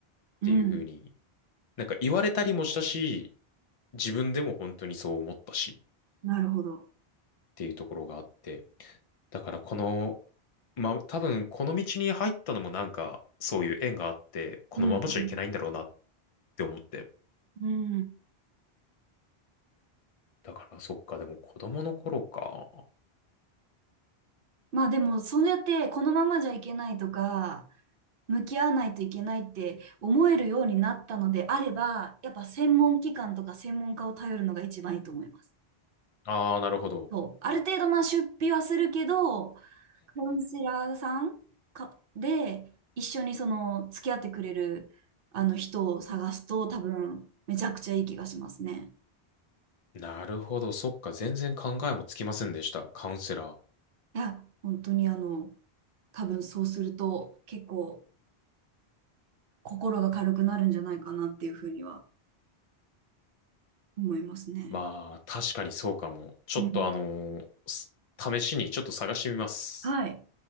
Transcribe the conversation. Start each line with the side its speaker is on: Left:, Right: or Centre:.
Right: うん、
Left: ていうふうに、
Right: うん
Left: なんか言われたりもしたし、自分でも本当にそう思ったしっ
Right: なるほど。
Left: ていうところがあって、だからこの、まあ、多分この道に入ったのもなんかそういう縁があって、このままじゃいけないんだろうなっ
Right: うん、
Left: て思って。
Right: うん、うん。
Left: だからそっか、でも子供の頃か。
Right: まあでも、そうやって、このままじゃいけないとか、向き合わないといけないって思えるようになったのであれば、やっぱ専門機関とか専門家を頼るのが一番いいと思います。
Left: ああ、なるほど。
Right: そう、ある程度まあ出費はするけど、カウンセラーさんかで一緒にその付き合ってくれるあの人を探すと多分めちゃくちゃいい気がしますね。
Left: なるほど。そっか。全然考えもつきませんでした。カウンセラー。
Right: いや、本当にあの多分そうすると結構心が軽くなるんじゃないかなっていうふうには思いますね。
Left: まあ、確かにそうかも。ちょっとあのーす試しにちょっと探してみます。
Right: うん。はい。